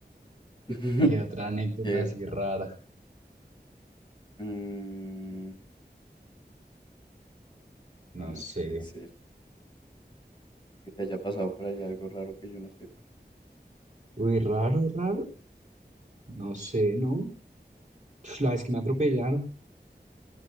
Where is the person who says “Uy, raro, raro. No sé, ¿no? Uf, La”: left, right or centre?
Right